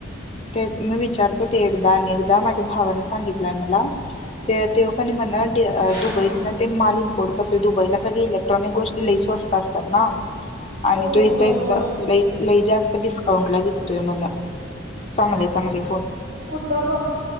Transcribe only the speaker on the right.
हा
होय होय
होय
होय
कुठं बघ